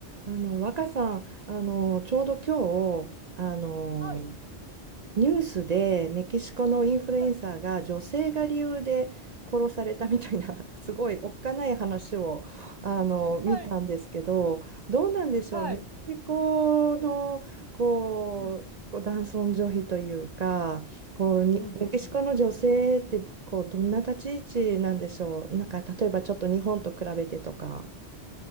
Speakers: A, on the right; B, on the left.
A: あの若さん、あのちょうど今日あの
B: はい。
A: ニュースでメキシコのインフルエンサーが女性が理由で殺されたみたいな
B: はい。うん。
A: <laughs> すごいおっかない話をあの見たんですけどどうなんでしょうメキシコのこう、
B: はい。はい。うん。
A: こう男尊女卑というかこうにメキシコの女性ってこうどんな立ち位置なんでしょうなんか例えばちょっと日本と比べてとか。
B: うん、うん、うん。